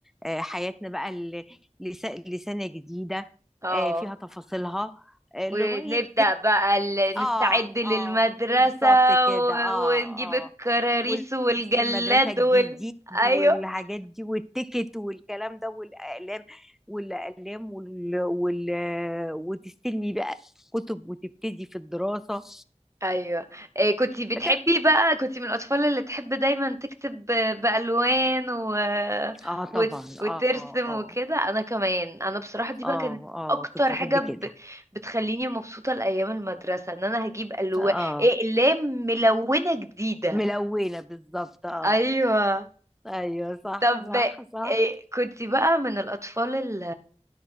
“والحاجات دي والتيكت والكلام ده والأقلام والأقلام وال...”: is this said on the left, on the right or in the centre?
Centre